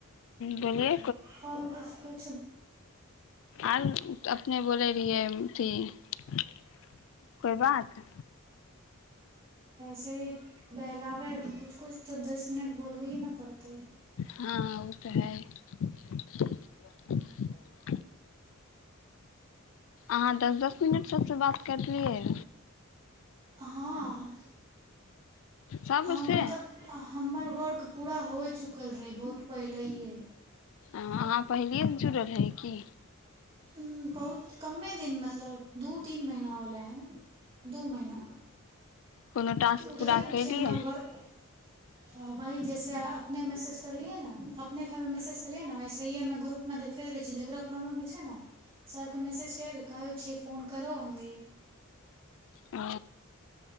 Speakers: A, on the left; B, on the right.
A: बोलै
B: ह ब
A: आल <inaudible> अपने बोलै रहियै अथी कोइ बात
B: से बहलावे कुछ तऽ दस मिनट बोलबैए ने पड़तै
A: हँ ओ हइ अहाँ दस दस मिनट सभसँ बात करलियै
B: हँ
A: सभ
B: हमे
A: सें
B: तऽ हमर वर्क पूरा होइ चुकल रहै बहुत पहलिए
A: अहाँ पहिलएसँ जुड़ल रहै की
B: बहुत कमे तीन दिन मतलब दू तीन महीना होलै हन दू महीना
A: कोनो टास्क
B: त उधरे
A: पूरा
B: भी
A: कयलियै
B: छै हमर वर्क त वहि जैसे अपने मैसेज करलियए न अपनेके हमे मैसेज केलियै ने ओसेहिए हमे ग्रुपमे देखैत रहै छियै जकरा प्रॉब्लम होइ छै ने सबके मैसेज करिक कहै छै फोन करऽ हममे
A: ओ